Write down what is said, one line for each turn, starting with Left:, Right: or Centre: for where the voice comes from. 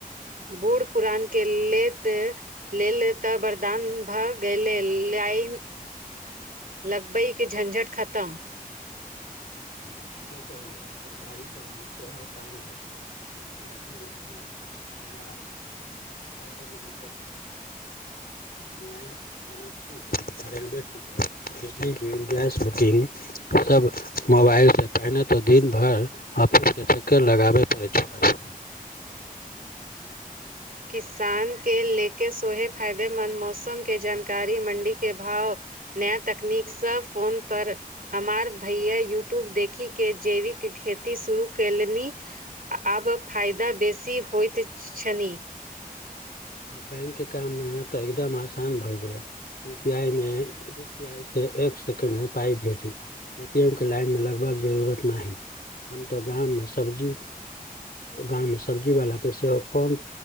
Right: बूढ़ पुुरान केँ लेल लेल तऽ वरदान भऽ गेलय लगबईकेँ झञझट खतम
Left: हँ ठीके कहलियौ सरकारी काम सेवा शान भए गेलै जाति निवास आ प्रमाण पत्र ऑनलाइन बनैत छी रेल टिकट बिजली बिल गैस बि सब मोबाइल से पहिने तऽ दिन भरि ऑफिसकेँ चक्कर लगाबय पड़ैत छलैक
Right: किसान कें लेके सोहे फायदेमन्द मौसमकेँ जानकारी मण्डी केँ भाव नया तकनीकसं फोन पर हमार भैया युटुब देखी केँ जैविक खेती शुरू केलनि आब फायदा बेसी होइत छनि
Left: बैंक केँ काम मे त एकदम आसान भए गेल यूपीआई मे यूपीआई से एक सेकंड मे पाइ भेजू एटीएम केँ लाइन मे लगबाक जरूरत नहि हम त गाममे अ सब्जी गाममे सब्जीवला केँ सेहो फोन